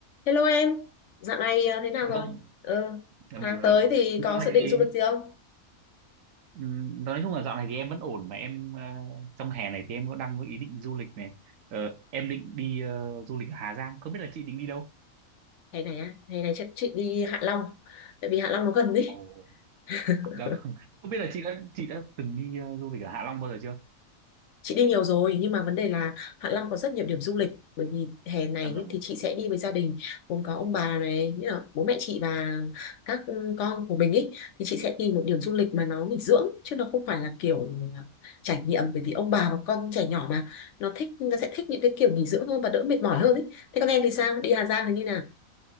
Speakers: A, on the left; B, on the right.
A: Hello em, dạo này ờ, thế nào rồi?
B: Vâng,
A: Ừ,
B: Dạ
A: tháng
B: vâng dạ vâng rồi.
A: tới thì
B: dạo
A: có
B: này
A: dự định
B: thì
A: du lịch gì không?
B: ừm, nói chung là dạo này thì em vẫn ổn mà em ờ, trong hè này thì em có đang có ý định du lịch này Ờ, em định đi ờ, du lịch ở Hà Giang không biết là chị định đi đâu
A: Hè này á, hè này chắc chị đi Hạ Long, tại vì Hạ Long nó gần ý.
B: Ồ,
A: <laughs>
B: dạ vâng. <laughs> không biết là chị đã chị đã từng đi ờ, du lịch ở Hạ Long bao giờ chưa
A: Chị đi nhiều rồi nhưng mà vấn đề là Hạ Long
B: ồ.
A: có rất nhiều điểm du lịch bởi vì hè này
B: dạ
A: ấy
B: vâng
A: thì chị sẽ đi với gia đình gồm có ông bà này nghĩa là bố mẹ chị và các ừ, con của mình ấy thì chị sẽ tìm một điểm du lịch mà nó nghỉ dưỡng chứ nó không phải là kiểu là trải nghiệm bởi vì ông bà và con trẻ nhỏ mà nó thích nó sẽ thích những cái kiểu nghỉ dưỡng hơn và đỡ mệt mỏi hơn ấy thế con em thì sao đi Hà Giang thì như nào